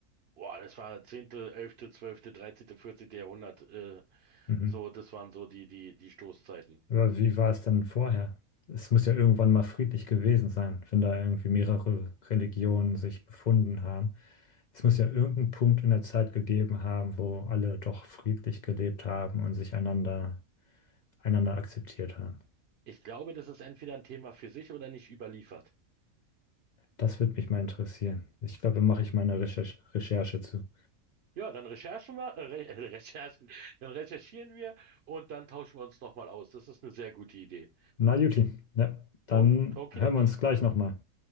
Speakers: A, on the right (about 55°); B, on the left (about 75°).
A: Boah, das war zehnte, elfte, zwölfte, dreizehnte, vierzehnte Jahrhundert. Äh,
B: Mhm.
A: so, das waren so die, die, die Stoßzeiten.
B: Aber wie war es denn vorher? Es muss ja irgendwann mal friedlich gewesen sein, wenn da irgendwie mehrere Religionen sich befunden haben. Es muss ja irgendeinen Punkt in der Zeit gegeben haben, wo alle doch friedlich gelebt haben und sich einander, einander akzeptiert haben.
A: Ich glaube, das ist entweder ein Thema für sich oder nicht überliefert.
B: Das würde mich mal interessieren. Ich glaube, da mache ich meine Recherche, Recherche zu.
A: Ja, dann recherchen wir, äh, Re <laughs> äh, Recherchen, dann recherchieren wir und dann tauschen wir uns nochmal aus. Das ist eine sehr gute Idee.
B: Na, Juti, ja, dann
A: O- Okidoki.
B: hören wir uns gleich nochmal.